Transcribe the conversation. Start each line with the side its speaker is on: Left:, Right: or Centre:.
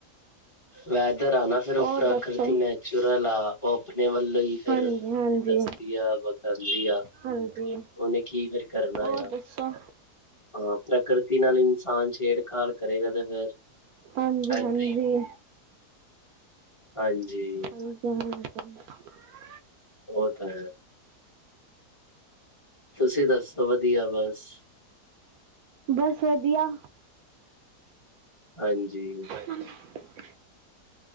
Left: ਵੈਦਰ ਆ ਨਾ ਫਿਰ ਉਹ
Right: ਹੋਰ
Left: ਪ੍ਰਕਿਰਤੀ
Right: ਦੱਸੋ
Left: ਨੈਚੁਰਲ ਆ। ਓਹ ਆਪਣੇ ਵੱਲੋਂ ਹੀ ਫਿਰ
Right: ਹਾਂਜੀ ਹਾਂਜੀ
Left: ਦੱਸਦੀ ਆ, ਵਤਾਂਦੀ ਆ,
Right: ਹਾਂਜੀ
Left: ਉਹਨੇ ਕੀ ਫਿਰ ਕਰਨਾ
Right: ਹੋਰ
Left: ਆ।
Right: ਦੱਸੋ
Left: ਹਾਂ, ਪ੍ਰਕਿਰਤੀ ਨਾਲ ਇਨਸਾਨ ਛੇੜਖਾੜ ਕਰੇਗਾ ਤੇ ਫੇਰ?
Right: ਹਾਂਜੀ
Left: <unintelligible>
Right: ਹਾਂਜੀ
Left: ਹੀ ਹਾਂਜੀ।
Right: <unintelligible>
Left: ਉਹ ਤਾਂ ਹੈ। ਤੁਸੀ ਦੱਸੋ? ਵਧੀਆ, ਬਸ।
Right: ਬਸ ਵਧੀਆ।
Left: ਹਾਂਜੀ।
Right: ਹੁਂ।